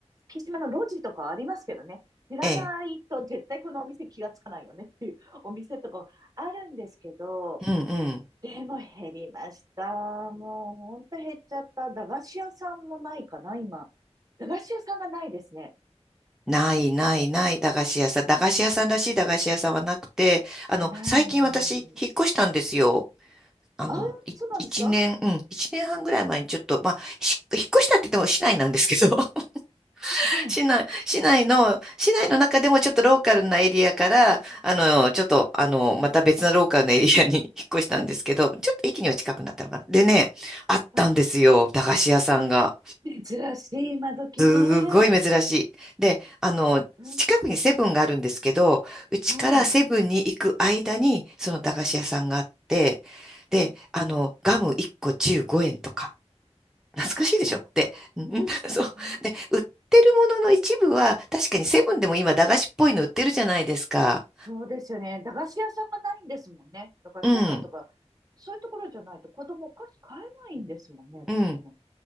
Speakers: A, on the right; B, in the centre.
A: 月島の路地とかはありますけどね。知らないと絶対このお店気がつかないよねっていう
B: ええ。
A: <laughs> お店とかもあるんですけど、
B: うんうん。
A: でも減りました。もうほんと減っちゃった。駄菓子屋さんもないかな、今。駄菓子屋さんがないですね。
B: ないないない、駄菓子屋さん。駄菓子屋さんらしい駄菓子屋さんはなくて、あの、
A: ない。
B: 最近私、引っ越したんですよ。あの、
A: あ、
B: い、
A: そうなんですか
B: 一年、うん、一年半ぐらい前にちょっと、
A: うん
B: まあ、し引っ越したって言っても市内なんですけど、<laughs>
A: うんうん。
B: 市内、市内の、市内の中でもちょっとローカルなエリアから、あの、
A: う
B: ちょっと、あの、また別のローカルなエリアに <laughs> 引っ越したんですけど、ちょっと駅には近くなったのかな。でね、あったんですよ、
A: ん。
B: 駄菓子屋さんが。
A: 珍しい、今時ね。
B: すごい珍しい。で、あの、
A: うん、
B: 近くにセブンがあるんですけど、うちからセブンに行く間に、
A: はい。
B: その駄菓子屋さんがあって、で、
A: うん、
B: あの、ガム1個15円とか、懐かしいでしょで、
A: あ、
B: ん <laughs> そう。
A: うん
B: で、売ってるものの一部は、確かにセブンでも今、駄菓子っぽいの売ってるじゃないですか。
A: そうですよね。駄菓子屋さんがないんですもんね。だからセブンとか、
B: うん、
A: そういうところじゃないと子供お菓子買えないんですもんね。だってね。
B: うん。